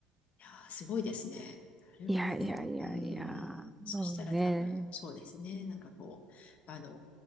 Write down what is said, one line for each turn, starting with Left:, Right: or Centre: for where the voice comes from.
Left: いやー、すごいですね。なるほど。
Centre: いやいやいやいや。
Left: うん。そしたら多分、
Centre: そうね。
Left: そうですね。なんかこう、あの